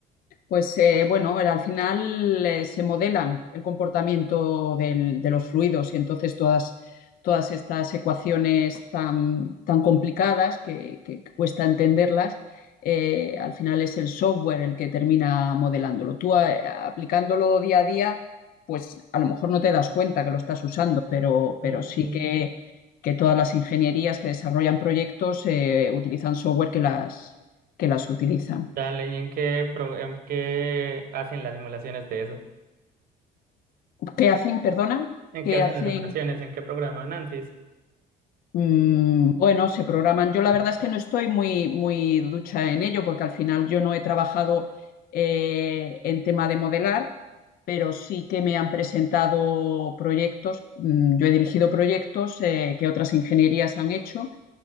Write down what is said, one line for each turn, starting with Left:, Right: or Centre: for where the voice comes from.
Left: Pues eh, bueno, al final eh, se modelan el comportamiento del- de los fluidos y entonces todas, todas estas ecuaciones tan, tan complicadas que, que cuesta entenderlas, eh, al final es el software el que termina modelándolo. Tú a- aplicándolo día a día, pues a lo mejor no te das cuenta que lo estás usando, pero,
Right: Mm,
Left: pero sí que, que todas las ingenierías que desarrollan proyectos eh, utilizan software que las, que las utilizan.
Right: Dale, ¿y en qué, pro- en qué hacen las simulaciones de eso?
Left: ¿Qué hacen? Perdona,
Right: ¿En
Left: ¿qué
Right: qué hacen
Left: hacen?
Right: las simulaciones? ¿En qué programan ANSYS?
Left: Mm, bueno, se programan. Yo la verdad es que no estoy muy, muy ducha en ello porque al final yo no he trabajado eh, en tema de modelar, pero sí que me han presentado proyectos. Mm, yo he dirigido proyectos eh, que otras ingenierías han hecho